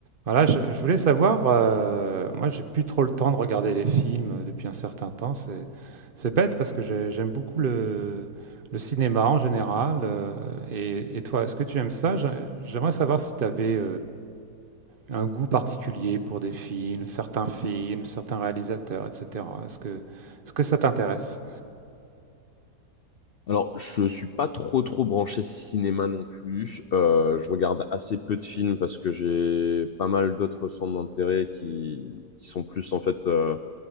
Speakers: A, on the right (about 35°); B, on the left (about 70°).
A: Voilà, je, je voulais savoir, euh, moi j'ai plus trop le temps de regarder les films euh, depuis un certain temps. C'est, c'est bête parce que j'ai- j'aime beaucoup le, le cinéma en général. euh, et, et toi, est-ce que tu aimes ça? J'a- J'aimerais savoir si tu avais un goût particulier pour des films, certains films, certains réalisateurs, etc. Est-ce que, est-ce que ça t'intéresse?
B: Alors, je suis pas trop trop branché cinéma non plus. Euh, je regarde assez peu de films parce que j'ai pas mal d'autres centres d'intérêt qui qui sont plus en fait euh,